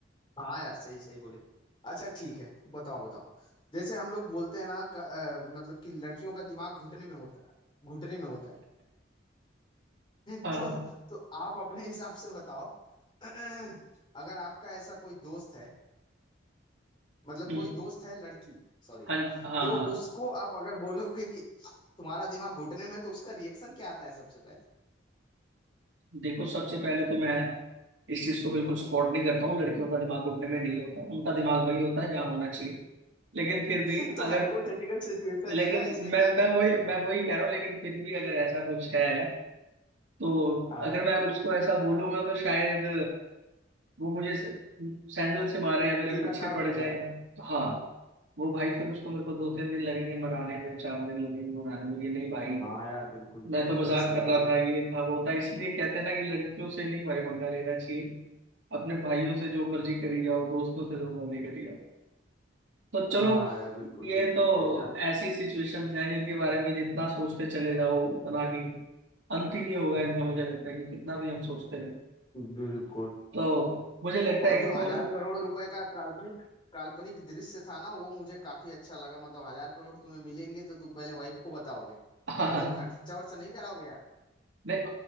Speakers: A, on the left; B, on the right.
A: हाँ यार सही सही बोले अच्छा ठीक है बताओ बताओ जैसे हम लोग बोलते हैं ना क- अ, मतलब कि लड़कियों का दिमाग घुटने में होता है घुटने में होता है <laughs>
B: हाँ
A: तो तो आप अपने हिसाब से बताओ <clears throat> अगर आपका ऐसा कोई दोस्त है मतलब
B: हम्म,
A: कोई दोस्त है लड़की सॉरी
B: हाँ हाँ
A: तो
B: हाँ
A: उसको आप अगर बोलोगे कि तुम्हारा दिमाग घुटने में है, तो उसका रिएक्शन क्या आता है सबसे पहले
B: देखो सबसे पहले तो मैं इस चीज को बिल्कुल सपोर्ट नहीं करता हूँ लड़कियों का दिमाग घुटने में नहीं होता उनका दिमाग वही होता है जहाँ होना चाहिए लेकिन फिर भी
A: <laughs> तो
B: अगर
A: हाइपोथेटिकल सिचुएशन
B: लेकिन
A: है ना इसमें
B: मैं
A: क्या कर
B: मैं
A: सकते
B: वही
A: हैं बताओ
B: मैं वही कह रहा हूँ लेकिन फिर भी अगर ऐसा कुछ है तो
A: हाँ
B: अगर मैं उसको ऐसा बोलूंगा तो शायद वो मुझे सैंडल से मारे या मेरे
A: तिल
B: पीछे
A: का ताड़
B: पड़
A: बन जाएगा
B: जाए तो हाँ वो भाई फिर उसको मेरे को दो तीन दिन लगेंगे मनाने में चार दिन लगेंगे मनाने में ये नहीं भाई
A: हाँ यार बिल्कुल
B: मैं
A: बिल्कुल
B: तो मजाक
A: सही
B: कर
A: बोले
B: रहा था ये था वो था इसलिए कहते हैं ना कि लड़कियों से नहीं भाई पंगा लेना चाहिए अपने भाइयों से जो मर्जी करी जाओ दोस्तों से जो मर्जी करी जाओ तो चलो
A: हाँ यार बिल्कुल
B: ये
A: बिल्कुल
B: तो
A: सही कहा
B: ऐसी सिचुएशंस हैं जिनके बारे में जितना सोचते चले जाओ उतना ही अंत ही नहीं होगा इनका मुझे लगता है कि कितना भी हम सोचते रहे
A: बिल्कुल
B: तो मुझे लगता
A: और
B: है कि
A: जो हजार
B: तुम
A: करोड़ रुपए का काल्पनिक काल्पनिक दृश्य था ना वो मुझे काफी अच्छा लगा मतलब हजार करोड़ तुम्हें मिलेंगे तो तुम पहले वाइफ को बताओगे
B: <laughs>
A: मतलब
B: हाँ
A: खर्चा वर्चा नहीं कराओगे यार
B: दे,